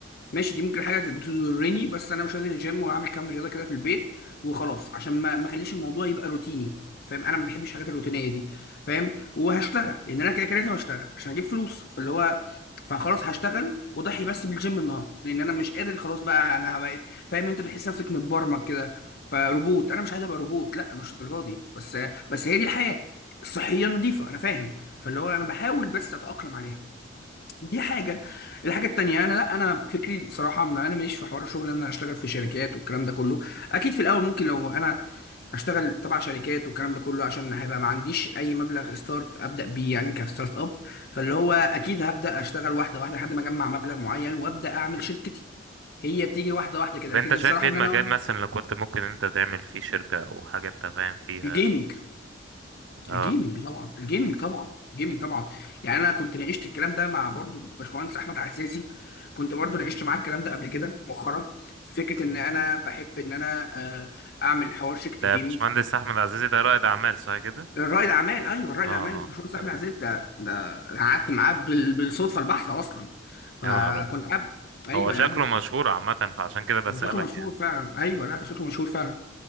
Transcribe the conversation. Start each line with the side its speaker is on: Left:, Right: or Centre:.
Left: ماشي دي ممكن حاجه تضرني بس انا مش هنزل الجيم وهعمل كام رياضه كده في البيت وخلاص عشان ما ما اخليش الموضوع يبقى روتيني فاهم انا ما بحبش الحاجات الروتينيه دي فاهم وهشتغل لان انا كده كده لازم اشتغل عشان اجيب فلوس فاللي هو فخلاص هشتغل واضحي بس بالجيم النهارده لان انا مش قادر خلاص بقى انا بقيت فاهم انت بتحس نفسك متبرمج كده فروبوت انا مش عايز ابقى روبوت لا مش الدرجه دي بس بس هي دي الحياه الصحيه نظيفه انا فاهم فاللي هو انا بحاول بس اتاقلم عليها دي حاجة الحاجة التانية أنا لأ أنا فكري صراحة ما أنا ماليش في حوار الشغل إن أنا أشتغل في شركات والكلام ده كله أكيد في الأول ممكن لو أنا أشتغل تبع شركات والكلام ده كله عشان هيبقى ما عنديش أي مبلغ ستارت أبدأ بيه يعني كستارت أب فاللي هو أكيد هبدأ أشتغل واحدة واحدة لحد ما أجمع مبلغ معين وأبدأ أعمل شركتي هي بتيجي واحدة واحدة كده
Right: طب
Left: لكن
Right: انت شايف
Left: الصراحة
Right: ايه
Left: إن
Right: المجال
Left: أنا
Right: مثلا اللي كنت ممكن انت تعمل فيه شركة او حاجة انت فاهم فيها
Left: الجيمنج
Right: اه
Left: الجيمنج طبعا الجيمنج طبعا الجيمنج طبعا يعني انا كنت ناقشت الكلام ده مع برضو باشمهندس احمد عزازي كنت برضو ناقشت معاه الكلام ده قبل كده مؤخرا في فكره ان انا بحب ان انا آه، اعمل حوار شركه
Right: ده
Left: الجيمنج
Right: باشمهندس احمد عزيزي ده رائد اعمال صح كده
Left: الرائد اعمال ايوه الرائد
Right: اه اه
Left: اعمال باشمهندس
Right: تمام
Left: احمد عزازي ده ده أنا قعدت معاه بال- بالصدفه البحته اصلا فكنت
Right: يا نهار ابيض
Left: قاعد ايوه
Right: هو شكله
Left: يا عم
Right: مشهور عامة فعشان كده بسألك
Left: هو شكله مشهور
Right: يعني
Left: فعلا ايوه لا ده شكله مشهور فعلا